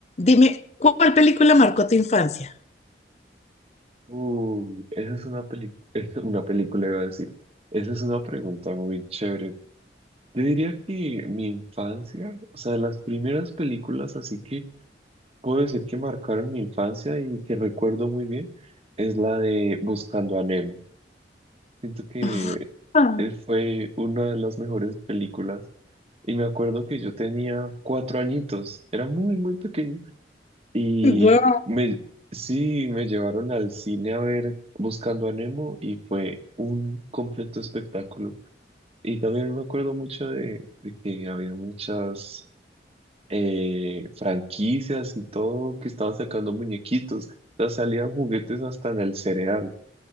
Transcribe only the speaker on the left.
Dime, ¿cuál película marcó tu infancia?
<laughs>
Wow.